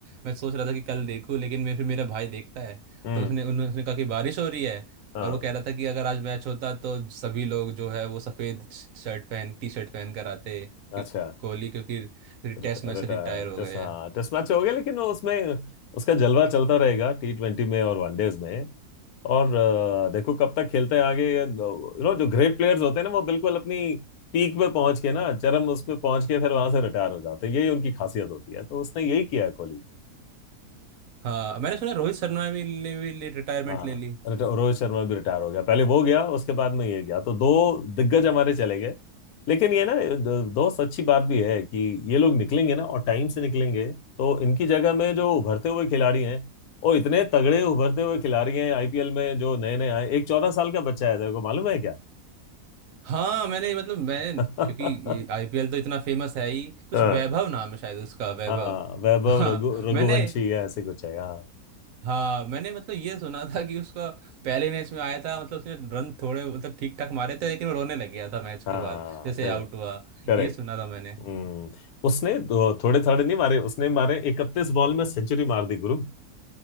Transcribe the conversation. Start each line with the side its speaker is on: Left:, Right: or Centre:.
Right: मैं सोच रहा था कि कल देखूँ लेकिन मैं फिर मेरा भाई देखता है
Left: हम्म
Right: तो उसने उन्होंने उसने कहा कि बारिश हो रही है
Left: हाँ
Right: और वो कह रहा था कि अगर आज मैच होता तो सभी लोग जो है वो सफेद शर्ट पहन टी शर्ट पहन कर आते कि
Left: अच्छा
Right: कोहली क्योंकि फिर
Left: रिटायर
Right: टेस्ट मैच से रिटायर हो
Left: टेस्ट
Right: गए
Left: हाँ
Right: हैं
Left: टेस्ट मैच हो गया लेकिन वो उसमें उसका जलवा चलता रहेगा टी ट्वेंटी में और वनडेज में और अ, देखो कब तक खेलते हैं आगे यू नो जो ग्रेट प्लेयर्स होते हैं ना वो बिल्कुल अपनी पीक पे पहुंच के ना चरम उस पे पहुंच के फिर वहां से रिटायर हो जाते हैं यही उनकी खासियत होती है तो उसने यही किया है कोहली
Right: हाँ मैंने सुना रोहित शर्मा भी- ने भी रिटायरमेंट
Left: हाँ
Right: ले ली
Left: रिटा- रोहित शर्मा भी रिटायर हो गया पहले वो गया उसके बाद में ये गया तो दो दिग्गज हमारे चले गए लेकिन ये ना दो- दोस्त अच्छी बात भी है कि ये लोग निकलेंगे ना और टाइम से निकलेंगे तो इनकी जगह में जो उभरते हुए खिलाड़ी हैं और इतने तगड़े उभरते हुए खिलाड़ी हैं आईपीएल में जो नए नए आए एक चौदह साल का बच्चा है तेरे को मालूम है क्या
Right: हाँ मैंने मतलब मैं
Left: <laughs>
Right: क्योंकि ये आईपीएल तो इतना फेमस है ही कुछ
Left: हाँ
Right: वैभव नाम है शायद उसका वैभव
Left: हाँ वैभव
Right: हाँ
Left: रघु रघुवंशी
Right: मैंने
Left: या ऐसे कुछ है हाँ
Right: हाँ मैंने मतलब ये सुना था कि उसका पहले मैच में आया था मतलब उसने रन थोड़े मतलब ठीक ठाक मारे थे लेकिन वो रोने लग गया था मैच
Left: हाँ
Right: के बाद जैसे
Left: सही हो
Right: आउट हुआ
Left: करेक्ट
Right: ये सुना था मैंने
Left: हम्म उसने दो- थोड़े थोड़े नहीं मारे उसने मारे इकतीस बॉल में सेंचुरी मार दी गुरु